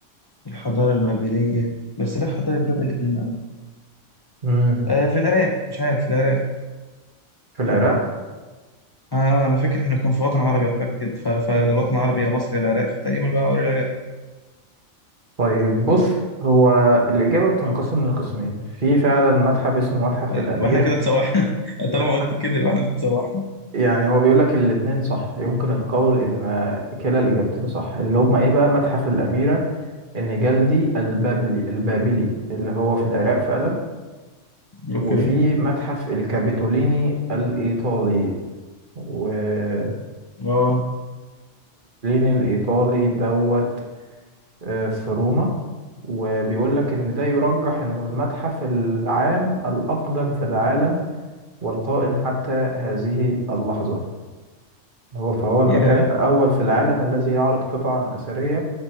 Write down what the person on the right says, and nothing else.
امم
في العراق
طيب بص هو الإجابة بتنقسم لقسمين في فعلا متحف اسمه متحف
الأميرة
متحف
يعني هو بيقول لك الاتنين صح يمكن القول إن كلا الإجابتين صح اللي هما إيه بقى متحف الأميرة إن جلدي البابلي البابلي اللي هو في العراق فعلا
وفي متحف الكابيتوليني الإيطالي وكابيتوليني
الإيطالي دوت آه، في روما وبيقول لك إن ده يرجح إنه المتحف العام الأقدم في العالم والقائم حتى هذه اللحظة هو فهو المكان
الأول في العالم الذي يعرض قطعا أثرية